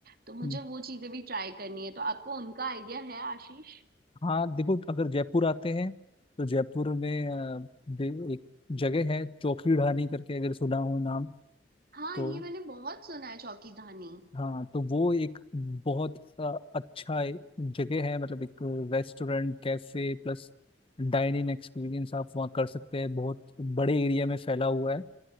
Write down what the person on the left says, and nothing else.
हम्म।
हाँ देखो अगर जयपुर आते हैं तो जयपुर में अ, दे- एक जगह है चौकी ढाणी करके अगर सुना हो नाम
तो
हाँ तो वो एक बहुत अ, अच्छा ए- जगह है मतलब एक restaurant cafe plus dining experience आप वहाँ कर सकते हैं बहुत बड़े एरिया में फैला हुआ है